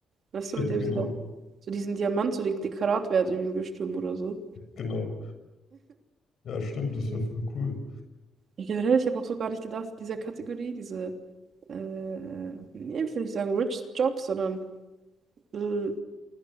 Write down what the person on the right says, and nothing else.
Weißt
du, mit
dem sie da so diesen Diamant, so die, die Karatwerte irgendwie bestimmen oder so.
Ja,
generell, ich habe auch so gar nicht gedacht, in dieser Kategorie, diese, äh, äh, nee, ich will nicht sagen Rich Jobs, sondern äh,